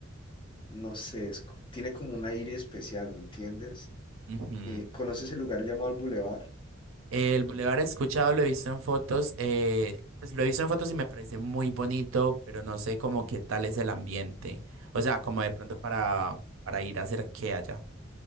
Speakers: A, on the left (about 25°); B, on the right (about 85°).
A: no sé, es co- tiene como un aire especial, ¿me entiendes?
B: Ujú.
A: Eh, ¿conoces el lugar llamado el Boulevard?
B: El bulevar he escuchado, lo he visto en fotos, eh, pues lo he visto en fotos y me parece muy bonito, pero no sé como qué tal es el ambiente. O sea, como de pronto para, para ir a hacer qué allá.